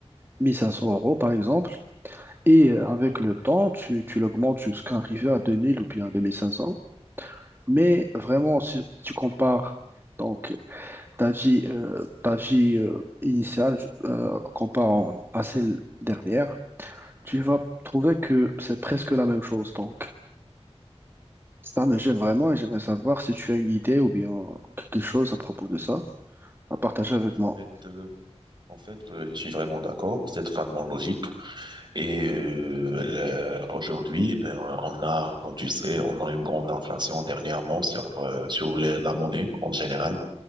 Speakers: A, on the right; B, on the right.
A: 1500 euros par exemple, et euh, avec le temps, tu, tu l'augmentes jusqu'à arriver à 2000 ou bien 2500. Mais vraiment, si si tu compares donc ta vie, euh, ta vie euh, initiale euh, comparant à celle dernière, tu vas trouver que c'est presque la même chose. Donc, ça me gêne vraiment et j'aimerais savoir si tu as une idée ou bien quelque chose à propos de ça à partager avec
B: En
A: moi.
B: fait, euh, en fait, euh, je suis vraiment d'accord. C'est totalement logique. Et euh, le- aujourd'hui, euh, on a, comme tu sais, on a une grande inflation dernièrement sur euh, sur les- la monnaie en général.